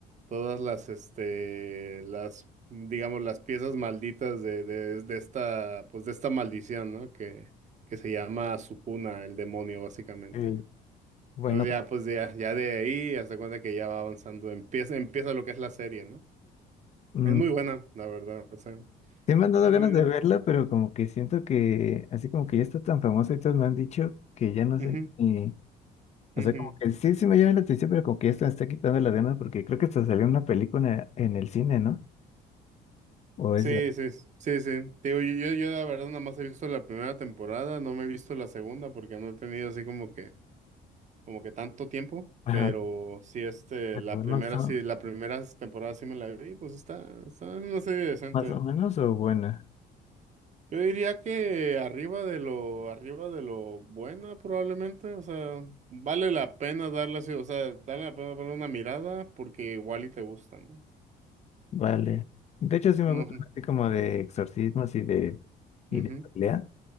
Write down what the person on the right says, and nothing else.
todas las, este, las, digamos, las piezas malditas de, de, de esta, pues de esta maldición, ¿no? Que, que se llama Sukuna, el demonio, básicamente.
Entonces ya, pues ya, ya de ahí, hasta cuenta que ya va avanzando. Empieza, empieza lo que es la serie, ¿no?
Es muy buena, la verdad. O sea,
eh,
ujú,
ujú.
Sí,
sí, sí, sí. Te Digo, yo, yo yo la verdad nada más he visto la primera temporada, no me he visto la segunda porque no he tenido así como que, como que tanto tiempo,
pero sí, este,
la primera
sí, la primera temporada sí me la vi, pues está, está en una serie decente.
Yo diría que arriba de lo, arriba de lo buena probablemente, o sea, vale la pena darle así, o sea, vale la pena darle una mirada porque igual y te gusta, ¿no?
Ujú.
No,
Ujú,